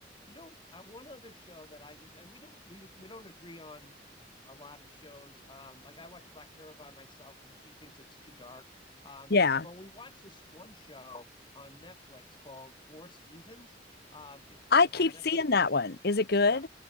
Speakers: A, on the left; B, on the left.
A: you know, uh, one other show that I just and we don't we we don't agree on <laughs> a lot of shows. Um, like I watch Black Mirror by myself because she thinks it's too dark. Um,
B: yeah.
A: but we watched this one show on Netflix called Four Seasons. Um, if,
B: I
A: if you
B: keep
A: have Netflix,
B: seeing that
A: and
B: one. Is it good?
A: yep,